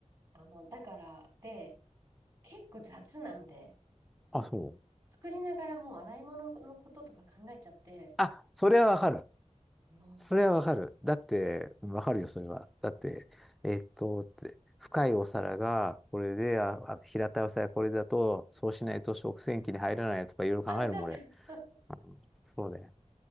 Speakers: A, on the right; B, in the centre.
A: あの、だから、で、結構雑なんで、
B: あ、そう。
A: 作りながらもう洗い物のこととか考えちゃって、
B: あ、それはわかる。
A: もう、
B: それはわかる。だって、うんわかるよ、それは。だって、えっと、って、深いお皿がこれで、あ、あ平たいお皿がこれだと、そうしないと食洗機に入らないとかいろいろ考えるもん、
A: あ、そうそうそう。
B: 俺。うんそうだよ。